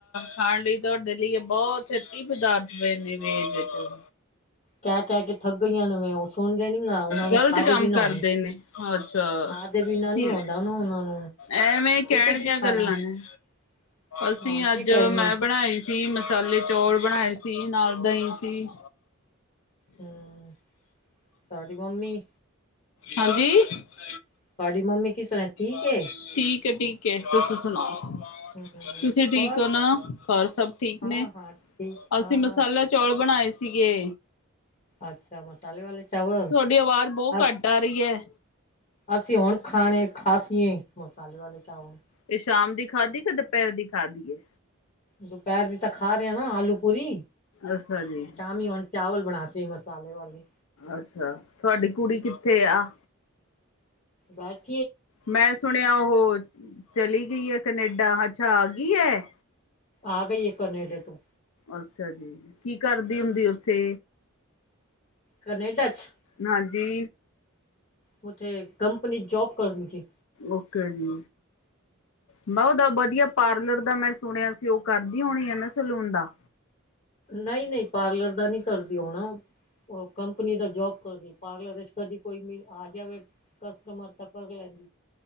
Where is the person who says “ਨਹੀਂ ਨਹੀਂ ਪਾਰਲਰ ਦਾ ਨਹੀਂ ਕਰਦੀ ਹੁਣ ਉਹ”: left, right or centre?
Left